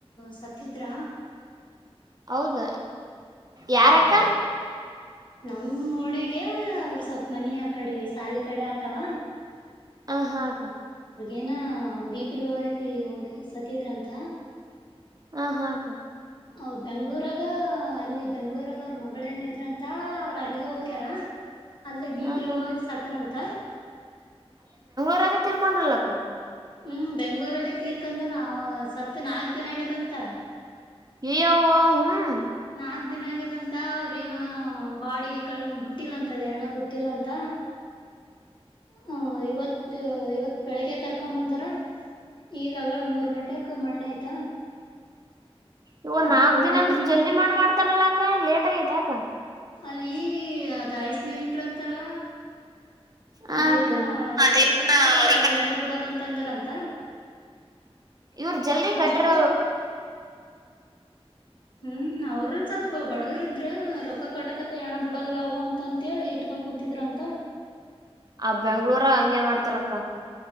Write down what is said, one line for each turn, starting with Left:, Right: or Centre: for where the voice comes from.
Left: ಸತ್ತಿದ್ರ
Right: ಹೌದ ಯಾರಕ್ಕ
Left: ನಮ್ಮ್ ಒನೆಗೆ ಅವ್ರ ಸ್ವಲ್ಪ ಮನಿ ಆ ಕಡೆ ಸಾಲಿ ಕಡೆ ಆತಾವ
Right: ಹ ಹಾಗ
Left: ಏನ ಬಿಪಿ ಲೋ ಆಗೈತೆ ಹೋಗಿ ಸತಿದ್ರಂತ
Right: ಹ ಹಾಕ್ಕ
Left: ಅವರು ಬೆಂಗಳೂರು ಆಗ ಅಲ್ಲಿ ಬೆಂಗಳೂರು ಆಗ ಅವ್ರ ಮಗಳೇನ ಇದ್ರಂತ ಅವ್ರ ಅಲ್ಲಿಗೆ ಹೋಗ್ಯಾರ. ಅಲ್ಲೇ ಬಿಪಿ
Right: ಹ ಹಾ
Left: ಲೋ
Right: ಅಕ್ಕ
Left: ಆಗಿ ಸತನ್ಂತ.
Right: ಬೆಂಗಳೂರು ನಾಗೆ ತಿರ್ಕೊಂಡ್ರಲ್ಲಕ್ಕ.
Left: ಹ್ಮ್ ಬೆಂಗಳೂರುನಾಗೇ ತೀರ್ಕಂದನ ಸತ್ ನಾಲ್ಕ ದಿನ ಆಗ್ಯದಂತ.
Right: ಯೋ ಹ್ಮ್.
Left: ನಾಲ್ಕು. ದಿನ ಆಗ್ಯದಂತ ಅವ್ರ ಏನ ಬಾಡಿ ಕ ಬುಟ್ಟಿಲ್ಲಂತ ಅದ ಹಣ ಬುಟ್ಟಿಲ್ಲಂತ. ಹ ಇವತ್ತು ಇವತ್ ಬೆಳಿಗ್ಗೆ ಕರ್ಕೊಂಡು ಬಂದಾರ. ಈಗಗಳ ಮೂರ್ ಗಂಟಕ್ ಮಣ್ಣ ಆಯ್ತಾ.
Right: ಇವ
Left: ಅದ್ರಾಗ
Right: ನಾಕ್
Left: ಓಣೆಂದಿ
Right: ದಿನ ಅಂದ್ರ ಜಲ್ದಿ ಮಣ್ ಮಾಡ್ತಾರಲ್ಲ ಅಕ ಲೇಟ್ ಆಗೈತಿ ಯಕ.
Left: ಅಲ್ಲಿ ಅದು ಐಸ್ನಾಗೆ ಇಟ್ರಂತಲ್ಲ.
Right: ಹ
Left: ಅದೇನ
Right: ಅಕ್ಕ
Left: ರೊಕ್ಕ
Right: ಅದೇ
Left: ಕಟ್ಟತಕ್ಕ
Right: ರೊಕ್ಕ
Left: ಹೆಣ ಬಿಡಲ್ಲ ಅಂತಂದಾರಂತ.
Right: ಇವ್ರ ಜಲ್ದಿ ಕಟ್ಟ್ರ
Left: ಅದಕ್ಕ. ಹ್ಮ್ ಅವ್ರನ್ ಸ್ವಲ್ಪ ಬಡಗರಿದ್ರ ರೊಕ್ಕ ಕಟ್ಟತಕ ಹೆಣ ಬಿಡಲ್ಲಾವು ಅಂತ ಅಂತೇಳಿ ಇಟ್ಕೊಂಡ. ಕೂತಿದ್ರ ಅಂತ.
Right: ಆ ಬೆಂಗ್ಳೂರ ಹಂಗೆ ಮಾಡ್ತಾರಕ್ಕ